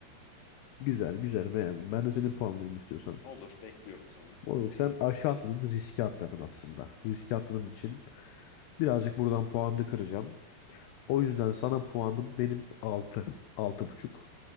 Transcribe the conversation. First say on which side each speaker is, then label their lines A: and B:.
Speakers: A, on the left; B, on the left.
A: Güzel güzel beğendim. Ben de seni puanlayayım istiyorsan.
B: Olur, bekliyorum seni.
A: Moruk sen aşağı atladın riske atladın aslında. Riski atladığın için birazcık buradan puanını kıracağım. O yüzden sana puanım benim altı, altı buçuk.